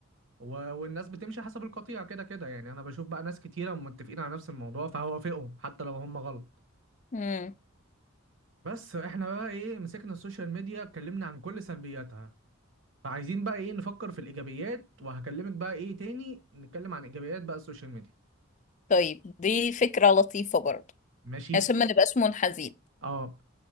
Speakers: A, on the right (about 60°); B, on the left (about 35°).
A: و... والناس بتمشي حسب القطيع كده كده يعني انا بشوف بقى ناس كتيرة متفقين على نفس الموضوع فهوافقهم حتى لو هم غلط
B: امم
A: بس احنا بقى ايه مسكنا السوشيال ميديا اتكلمنا عن كل سلبياتها فعايزين بقى ايه نفكر في الايجابيات وهكلمك بقى ايه تاني نتكلم عن ايجابيات بقى السوشيال ميديا
B: طيب دي فكرة لطيفة برضه
A: ماشي
B: عشان ما نبقاش منحازين
A: اه